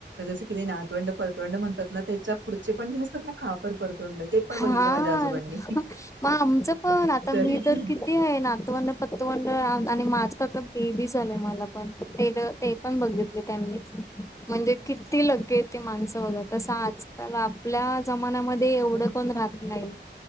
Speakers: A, on the right (about 90°); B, on the left (about 15°).
A: जसं कि ते नातवंड परतवंड म्हणतात ना त्याच्या पुढचे पण जे असतात ना कापर परतवंड ते पण
B: हा
A: बघितलं माझ्या आजोबांनी
B: मग आमचं पणण आता
A: तरी
B: मी तर
A: पण
B: किती? नातव पतवनन आणि माझं आ बेबी झालय मला पण ते ते पण बघितले त्यांनी म्हणजे किती लगेेते माणसं बघा तसं आजकाल आपल्या जमान्यामध्ये एवढं. कोण राात लाल.